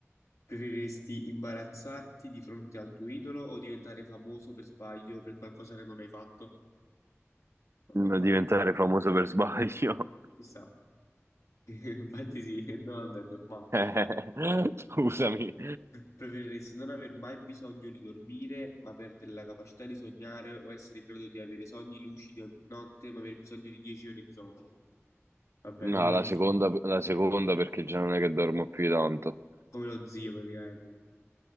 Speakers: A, on the left (about 85°); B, on the right (about 55°).
A: Preferiresti imbarazzarti di fronte al tuo idolo o diventare famoso per sbaglio per qualcosa che non hai fatto? Vabbè,
B: Non
A: fai.
B: diventare famoso per sbaglio.
A: Chissà, <laughs> infatti sì, che domanda è normale.
B: <laughs> Eh, Scusami.
A: Preferiresti non aver mai bisogno di dormire, ma perdere la capacità di sognare o essere in grado di avere sogni lucidi ogni notte, ma aver bisogno di 10 ore di sonno? Vabbè, come
B: No,
A: lo
B: la
A: zio,
B: seconda, la seconda perché già non è che dormo più di tanto.
A: come lo zio praticamente,